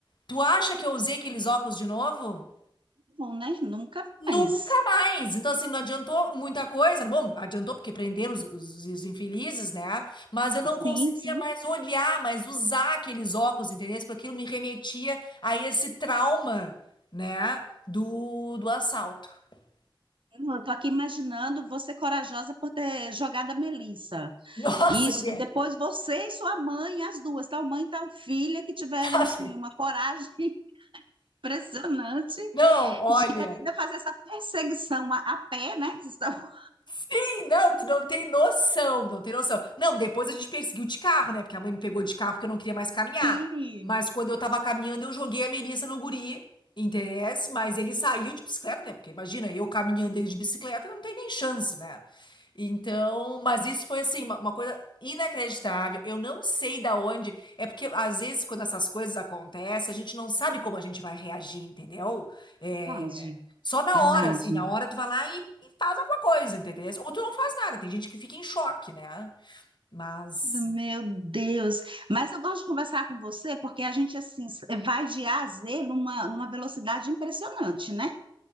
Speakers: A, on the left; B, on the right.
A: Tu acha que eu usei aqueles óculos de novo?
B: bom, né? Nunca
A: Nunca
B: mais.
A: mais. Então, assim, não adiantou muita coisa. Bom, adiantou porque prenderam os, os- os infelizes, né? Mas eu não
B: Sim,
A: conseguia
B: sim.
A: mais olhar, mais usar aqueles óculos, entendeu? Porque aquilo me remetia a esse trauma, né? Do, do assalto. <laughs>
B: Eu tô aqui imaginando você corajosa por ter jogado a Melissa.
A: Nossa,
B: Isso,
A: guria.
B: e depois você e sua mãe, as duas, tal mãe e tal filha, que tiveram,
A: Aff,
B: assim, uma coragem <laughs> impressionante
A: Não, olha.
B: de ainda fazer essa perseguição a, a pé, né? Vocês estavam-
A: Sim, não, tu não tem noção, não tem noção. Não, depois a gente perseguiu de carro, né? Porque a mãe me pegou de carro porque eu não queria mais caminhar.
B: <laughs> Sim,
A: Mas quando eu tava caminhando, eu joguei a Melissa no guri, interesse, mas ele saiu de bicicleta, né? Porque imagina, eu caminhando ele de bicicleta, não tem nem chance, né? Então, mas isso foi assim, uma, uma coisa inacreditável. Eu não sei da onde. É porque às vezes, quando essas coisas acontecem, a gente não sabe como a gente vai reagir, entendeu? É,
B: verdade,
A: Só na
B: verdade.
A: hora, assim, na hora tu vai lá e, e faz alguma coisa, entendeu? Ou tu não faz nada, tem gente que fica em choque, né? Mas,
B: Meu Deus, mas eu gosto de conversar com você porque a gente assim vai de A a Z numa, numa velocidade impressionante, né?